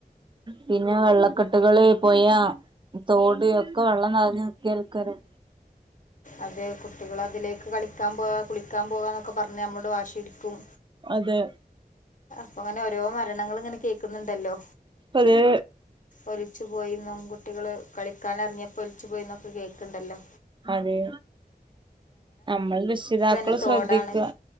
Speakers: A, on the right; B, on the left.
A: പിന്നെ വെള്ളക്കെട്ടുകള് പോയ തോട് ഒക്കെ വെള്ളം നിറഞ്ഞു നിൽക്കുകയായിരിക്കും.
B: അതെ കുട്ടികൾ അതിലേക്ക് കളിക്കാൻ പോ കുളിക്കാൻ പോകാന്നൊക്കെ പറഞ്ഞാ നമ്മളോട് വാശി പിടിക്കും.
A: അതെ
B: അ അങ്ങനെ ഓരോ മരണങ്ങൾ ഇങ്ങനെ കേൾക്കുന്നുണ്ടല്ലോ.
A: അതെ
B: ഒലിച്ചു പോയിന്നും കുട്ടികള് കളി കുളിക്കാൻ ഇറങ്ങിയപ്പോ ഒലിച്ചു പോയിന്നൊക്കെ കേൾക്കുണ്ടല്ലോ
A: അതെ നമ്മൾ രക്ഷിതാക്കൾ
B: തന്നെ തോടാണ്
A: ശ്രദ്ധിക്കുക